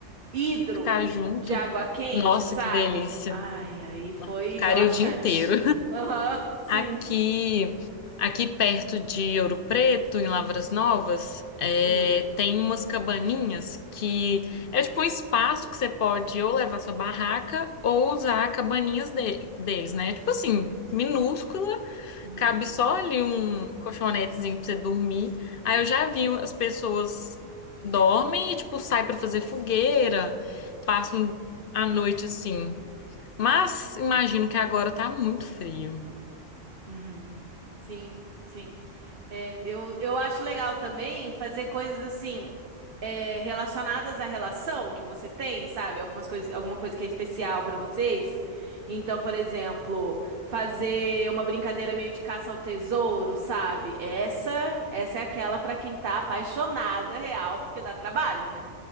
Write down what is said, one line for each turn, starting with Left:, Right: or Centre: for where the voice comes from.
Right: hidro
Left: ficar junto.
Right: de água quente,
Left: Nossa,
Right: sabe?
Left: que delícia.
Right: Ai, aí foi
Left: Ficaria
Right: relaxante.
Left: o dia inteiro.
Right: Aham, sim.
Left: Aqui, aqui perto de Ouro Preto, em Lavras Novas, é,
Right: Hum.
Left: tem umas cabaninhas que
Right: Uhum,
Left: é tipo um espaço que você pode ou levar sua barraca ou usar cabaninhas de- deles, né? Tipo assim, minúscula,
Right: uhum.
Left: Cabe só ali um colchonetezinho pra você dormir. Aí eu já vi as pessoas dormem e, tipo, saem pra fazer fogueira, passam a noite assim. Mas imagino que agora tá muito frio.
Right: Uhum. Sim, sim. É, eu, eu acho legal também fazer coisas assim, é, relacionadas à relação que você tem, sabe? Algumas coisas, alguma coisa que é especial pra vocês. Então, por exemplo, fazer uma brincadeira meio de caça ao tesouro, sabe? Essa, essa é aquela pra quem tá apaixonada real, porque dá trabalho, né?